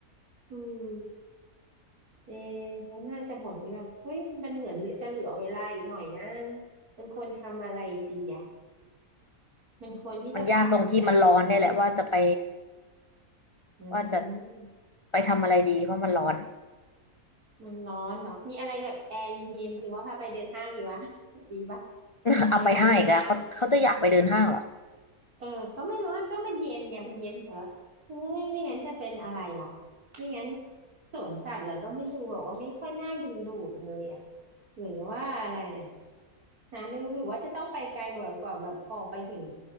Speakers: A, on the right; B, on the left.
A: อืมเออเขาน่าจะหมดไหมล่ะเฮ้ยมันเหมือนเหลือจะเหลือเวลาอีกหน่อยนะมันควรทำอะไรดีอ่ะมันควรที่จะพาเขาไปไหนที
B: มันยากตรงที่มันร้อนเนี่ยแหละว่าจะไป
A: อืม
B: ว่าจะไปทำอะไรดีเพราะมันร้อน
A: มันร้อนเหรอ มีอะไรแบบแอร์เย็นๆหรือว่าพาไปเดินห้างดีวะดีปะ
B: <laughs>
A: พาไปเดินห้าง
B: เอาไปห้างอีกแล้วเขาเขาจะอยากไปเดินห้างเหรอ
A: เออก็ไม่รู้ก็มันเย็นไง มันเย็นเหรอเอ้ยไม่งั้นจะเป็นอะไรล่ะไม่งั้นสวนสัตว์เหรอก็ไม่ดูแบบว่าไม่ค่อยน่าดึงดูดเลยอ่ะหรือว่าอะไรอ่ะนะไม่รู้หรือว่าจะต้องไปไกลกว่ากว่าแบบออกไปถึง